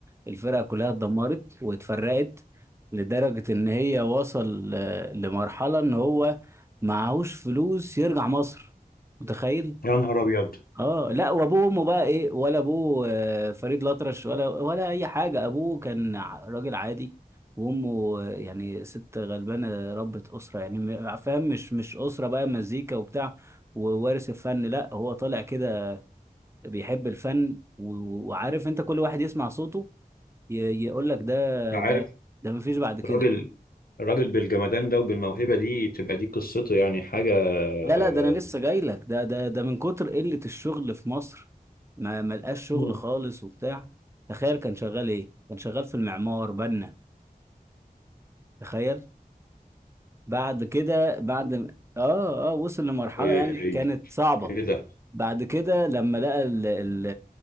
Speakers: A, on the right; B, on the left.
A: الفرقة كلها اتدمرت واتفرقت لدرجة ان هي وصل آه، لمرحلة ان هو معهوش فلوس يرجع مصر متخيل
B: يا نهار ابيض
A: اه لا وابوه وامه بقى ايه ولا ابوه آه، فريد الأطرش ولا ولا اي حاجة ابوه كان ع- راجل عادي وامه آه، يعني ست غلبانة ربة أسرة يعني م- فاهم مش مش أسرة بقى مزيكا وبتاع ووارث الفن لا هو طالع كده بيحب الفن و- وعارف انت كل واحد يسمع صوته يقول لك ده
B: انت عارف
A: ده ده مفيش بعد كده
B: الراجل الراجل بالجمدان ده وبالموهبه دي تبقى دي قصته يعني حاجه
A: لا
B: آه،
A: لا ده انا لسه جاي لك ده ده ده من كتر قلة الشغل في مصر ما ما لقاش شغل
B: مم.
A: خالص وبتاع تخيل كان شغال ايه كان شغال في المعمار بنا تخيل بعد كده بعد م- اه اه وصل لمرحلة
B: ايه
A: يعني كانت صعبة
B: ده
A: بعد كده لما لقى ال ال